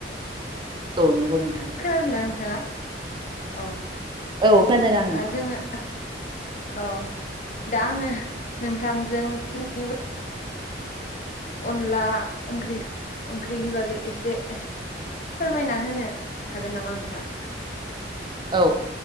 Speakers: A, on the right (about 25°); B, on the left (about 45°).
A: औ नंगौ नोंथां
B: खोनादोंना नोंथाङा? औ
A: औ खोनादों आं
B: दा
A: नोंथां
B: जोङो औ दा आङो नोंथांजों <unintelligible> अनला ओंख्रि ओंख्रिनि बागै एसे फोरमायना होनो हागोन नामा नोंथाङा?
A: औ